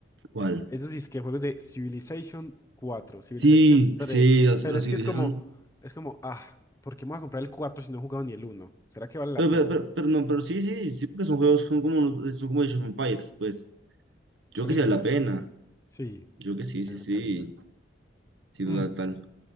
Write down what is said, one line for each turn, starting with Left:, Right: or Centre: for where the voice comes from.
Right: ¿Cuál?
Left: eso sí es que juegos de Civilization cuatro Civilization
Right: Sí,
Left: tres
Right: sí, los,
Left: Pero
Right: los
Left: es
Right: hicieron.
Left: que es como, es como, ah, ¿por qué me voy a comprar el 4 si no he jugado ni el uno ¿Será que vale la
Right: Pero,
Left: pena?
Right: pero, pero- pero no, pero sí, sí, sí, porque son juegos, son como, unos- son como Age of Empires, pues. Yo
Left: Suena
Right: que sí
Left: independiente.
Right: vale la pena.
Left: Ok. Sí,
Right: Yo que sí, sí,
Left: me encantaría.
Right: sí. Sí, total,
Left: Mm,
Right: tal.